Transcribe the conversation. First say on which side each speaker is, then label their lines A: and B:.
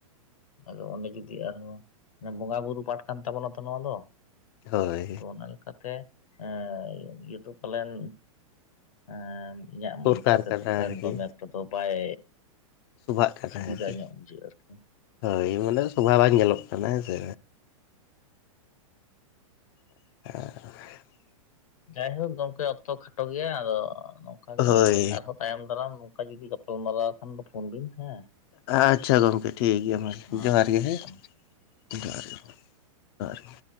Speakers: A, on the left; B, on the left.
A: ᱟᱫᱚ ᱚᱸᱰᱮ ᱡᱩᱫᱤ ᱟᱨᱦᱚᱸ ᱢᱟᱱᱮ ᱵᱚᱸᱜᱟ ᱵᱩᱨᱩ ᱯᱟᱴ ᱠᱟᱱ ᱛᱟᱵᱚᱱᱟ ᱛᱚ ᱱᱚᱣᱟ ᱫᱚ᱾
B: ᱦᱳᱭ
A: ᱛᱚ ᱚᱱᱟ ᱞᱮᱠᱟᱛᱮ ᱮᱸ ᱤᱭᱟᱹ ᱫᱚ ᱯᱟᱞᱮᱱ ᱮᱸ ᱤᱧᱟᱹᱜ
B: ᱫᱚᱨᱠᱟᱨ
A: ᱞᱮᱠᱟᱛᱮ
B: ᱠᱟᱱᱟ
A: ᱫᱚ <unintelligible>
B: ᱟᱨᱠᱤ
A: ᱫᱚᱢᱮ ᱮᱠᱴᱟ ᱫᱚ ᱵᱟᱭ
B: ᱥᱚᱵᱷᱟᱜ ᱠᱟᱱᱟ
A: ᱥᱩᱵᱤᱫᱷᱟ
B: ᱟᱨᱠᱤ
A: ᱧᱚᱜ ᱵᱩᱡᱷᱟᱹᱜ-ᱟ ᱟᱨᱠᱤ, ᱦᱩᱸ᱾
B: ᱦᱳᱭ ᱢᱟᱱᱮ ᱥᱚᱵᱷᱟ ᱵᱟᱝ ᱧᱮᱞᱚᱜ ᱠᱟᱱᱟ ᱦᱮᱸ ᱥᱮ? <unintelligible>
A: ᱡᱟᱭᱦᱳᱠ ᱜᱚᱝᱠᱮ ᱚᱠᱛᱚ ᱠᱷᱟᱴᱚ ᱜᱮᱭᱟ ᱟᱫᱚ ᱱᱚᱝᱠᱟ ᱜᱮ
B: ᱦᱳᱭ
A: ᱟᱨᱦᱚ ᱛᱟᱭᱚᱢ ᱫᱟᱨᱟᱢ ᱱᱚᱝᱠᱟ ᱡᱩᱫᱤ ᱜᱟᱯᱟᱞᱢᱟᱨᱟᱣ ᱠᱷᱟᱱ ᱫᱚ ᱯᱷᱳᱱ ᱵᱤᱱ ᱦᱮᱸ᱾
B: ᱟᱪᱪᱷᱟ ᱜᱚᱢᱠᱮ ᱴᱷᱤᱠ ᱜᱮᱭᱟ ᱢᱟ ᱡᱚᱦᱟᱨ
A: ᱟᱪᱪᱷᱟ
B: ᱜᱮ
A: ᱴᱷᱤᱠ
B: ᱦᱮᱸ,
A: ᱜᱮᱭᱟ ᱢᱟ
B: ᱡᱚᱦᱟᱨ ᱜᱮ᱾ ᱟᱨ ᱜᱮ᱾